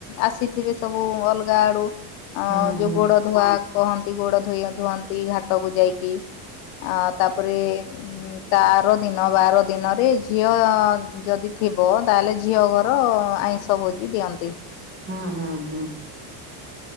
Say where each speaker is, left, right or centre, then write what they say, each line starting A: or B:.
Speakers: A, on the left; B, on the right.
A: ଆସିଥିବେ ସବୁ ଅଲଗା ଆଡୁ ଆଉ
B: ହୁଁ
A: ଯୋଉ ଗୋଡ ଧୁଆ କହନ୍ତି ଗୋଡ ଧୋଇ ଧୁଅନ୍ତି ଘାଟକୁ ଯାଇ କି ଆ ତାପରେ ତା ଆର ଦିନ ବାର ଦିନ ବି ଝିଅ ଯଦି ଥିବ ତାହେଲେ ଝିଅ ଘର ଆଇଁଷ ଭୋଜି ଦିଅନ୍ତି।
B: ହଁ ହଁ ହଁ।